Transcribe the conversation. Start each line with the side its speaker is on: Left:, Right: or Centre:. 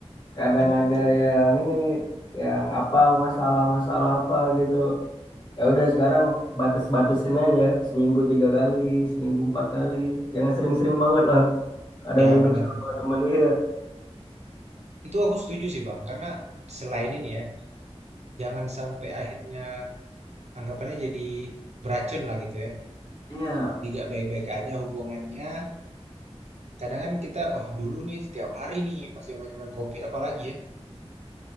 Left: kadang
Right: Oh,
Left: ada yang ini yang apa masalah-masalah apa gitu ya udah sekarang batas-batasin aja seminggu tiga kali seminggu empat kali jangan sering-sering banget lah kadang
Right: Ya,
Left: duduk
Right: benar-benar.
Left: sama temen iya
Right: Itu aku setuju sih, Bang. Karena selain ini ya, jangan sampai akhirnya anggapannya jadi beracun lah gitu ya.
Left: iya
Right: Jadi gak baik-baik aja hubungannya. Kadang kan kita, wah dulu nih setiap hari nih pas zaman-zaman COVID apalagi ya,